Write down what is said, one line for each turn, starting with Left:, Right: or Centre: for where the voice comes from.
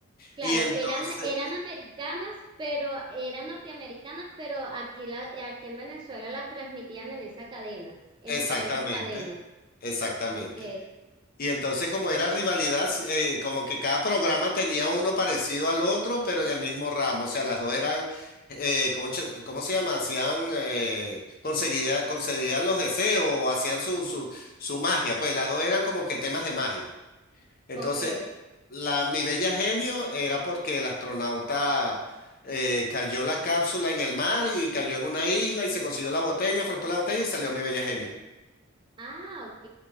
Right: Claro,
Left: Y entonces,
Right: eran, eran americanas, pero eran norteamericanas, pero aquí, la, aquí en Venezuela las transmitían en esa cadena, en
Left: exactamente,
Right: diferentes cadenas.
Left: exactamente.
Right: Ok,
Left: Y entonces como era rivalidad, eh, como que cada programa tenía uno parecido al otro, pero en el mismo ramo. O sea, las dos eran, eh, ¿cómo, ch- cómo se llama? Hacían, eh, conseguía- concedían los deseos, o hacían su, su, su magia. Pues las dos eran como que temas de magia. Entonces,
Right: ok.
Left: la, mi bella genio era porque el astronauta eh, cayó la cápsula en el mar y cayó en una isla y se consiguió la botella, frotó la botella y salió mi bella genio.
Right: Ah, ok.